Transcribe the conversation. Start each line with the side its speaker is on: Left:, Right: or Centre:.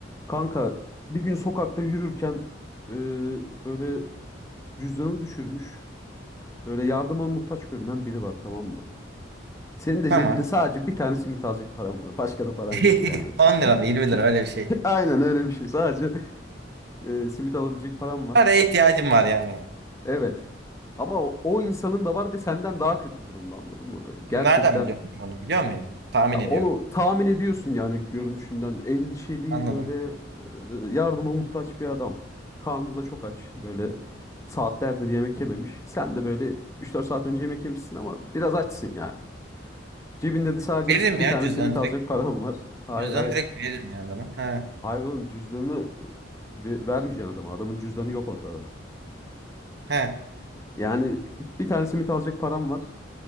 Left: Kanka bir gün sokakta yürürken e, öyle cüzdanını düşürmüş. Böyle yardıma muhtaç görünen biri var tamam mı? Senin de
Right: Tamam.
Left: cebinde sadece bir tane simit alacak paran var. Başka da paran
Right: <laughs>
Left: yok yani.
Right: 10
Left: Bir-
Right: lira mı 20 lira öyle bir şey.
Left: <laughs> Aynen öyle bir şey. Sadece e, simit alabilecek paran var.
Right: Paraya ihtiyacım var yani.
Left: Evet. Ama o, o insanın da var ve senden daha kötü durumda anladın mı? Böyle gerçekten
Right: Nereden biliyorum ki onu biliyor muyum? Tahmin
Left: Ya
Right: ediyorum.
Left: onu tahmin ediyorsun yani görünüşünden. Endişeli
Right: Anladım.
Left: böyle e, yardıma muhtaç bir adam. Karnı da çok aç. Böyle saatlerdir yemek yememiş. Sen de böyle üç dört saat önce yemek yemişsin ama biraz açsın yani. Cebinde de sadece
Right: Veririm
Left: bir, bir
Right: ya
Left: tane
Right: cüzdanı
Left: simit alacak
Right: direkt.
Left: param var. <laughs> Hayır
Right: Cüzdanı
Left: hayır.
Right: direkt veririm ya adama. He.
Left: Hayır oğlum cüzdanını e, ve- vermeyeceksin adama. Adamın cüzdanı yok ortada.
Right: He.
Left: Yani bir tane simit alacak param var.